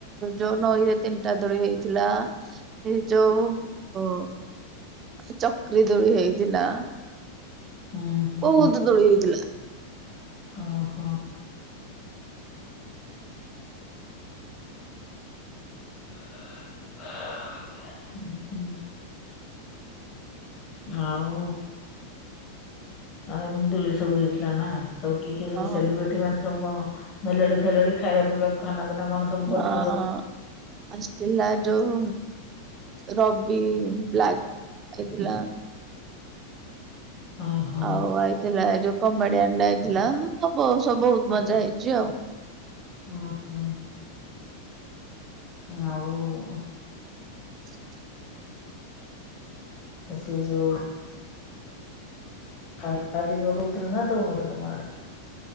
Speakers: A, on the right; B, on the left.
A: ଯୋଉ ନଈରେ ତିନିଟା ଦୋଳି ହେଇଥିଲା ହେ ଯୋଉ ଅ ତିନି ଚକରି ଦୋଳି ହେଇଥିଲା।
B: ହୁଁ ହୁଁ
A: ବହୁତ ଦୋଳି ହେଇଥିଲା।
B: ଅହ <unintelligible> ଆଉ ଏମିତି ଦୂଳି ସବୁ ହେଇଥିଲା ନା? ସବ କିଏ କିଏ
A: ହଁ
B: ସବୁ ସେଲିବ୍ରିଟି ମାନେ ସବୁ କଣ ମେଲୋଡି ଫେଲୋଡି ଖାଇବା ପିଇବା ଖାନା ପିନା କଣ? ସବୁ କରିଥିଲେ
A: ହଁ
B: ର
A: ଆସିଥିଲା ଯୋଉ ରବି ବ୍ଲାକ୍ ଆଇଥିଲା।
B: ହଁ ହଁ
A: ଆଉ ଆଇଥିଲା ଏ ଯୋଉ କମେଡିଆନଟା ଆଇଥିଲା ବହୁ ସବୁ ବହୁତ ମଜା ହେଇଛି ଆଉ।
B: ଅହ। ଆଉ-
A: <inaudible>
B: ସେ ଯଉ ଖାଇବା ପିଇବା ଦଉଥିଲେ ନା ଦଉନଥିଲେ ତମ ଆଡେ